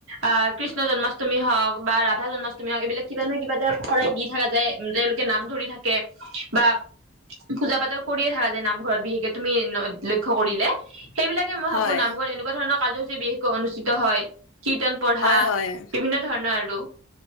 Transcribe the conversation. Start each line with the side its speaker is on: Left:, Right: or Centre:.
Right: আহ কৃষ্ণ জন্মাষ্টমী হওক বা ৰাধা জন্মাষ্টমী হওক এইবিলাক কিবা নহয় কিবা এ শৰাই দি থাককা যায় তেওঁলোকে নাম ধৰি থাকে বা পূজা পাতল কৰিয়ে থাকা যায় নামঘৰত বিশেষকে তুমি লক্ষয় কৰিলে। সেইবাক মই ভাবো
Left: হয়
Right: নামঘৰ এনেকুৱা ধণৰ কাৰ্যসূচী বিশেষকৈ অনুষ্ঠিত হয়। কীৰ্তন পঢ়া
Left: হয় হয়
Right: বিভিন্ন ধৰণৰ আৰু।